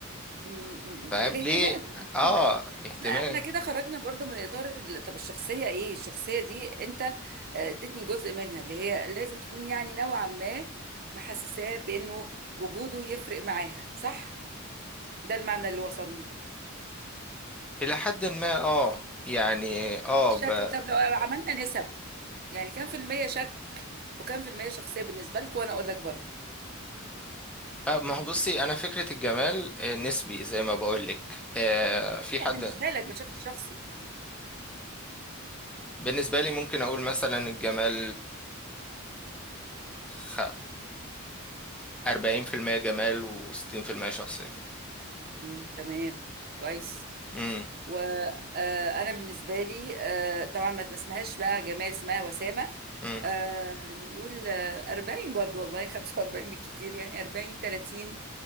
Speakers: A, on the right (about 45°); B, in the centre.
A: م- م-
B: فاهم
A: م. الاهتمام
B: ليه
A: المفهومه
B: اه
A: دي
B: اهتمام
A: بس لا احنا كده خرجنا برضو من اطار ال- طب الشخصيه ايه الشخصيه دي انت آه، اديتني جزء منها اللي هي لازم تكون يعني نوعا ما محسساه بانه وجوده يفرق معاها صح ده المعنى اللي وصلني
B: الى حد ما اه يعني اه,
A: الشكل
B: ب...
A: طب لو عملنا نسب يعني كام في المية شكل وكام في المية شخصية بالنسبة لك وانا اقول لك برضو
B: آه ما هو بصي انا فكرة الجمال آه، نسبي زي ما بقول لك آه في
A: لا
B: حد
A: بالنسبة لك بشكل شخصي
B: بالنسبة لي ممكن اقول مثلا الجمال خ- 40% جمال و60% شخصية
A: امم تمام كويس
B: امم
A: وانا بالنسبه لي آه، طبعا ما اسمهاش بقى جمال اسمها وسامه
B: امم
A: آه، نقول آه، 40 برضو والله <laughs> 45 بالكتير يعني 40 30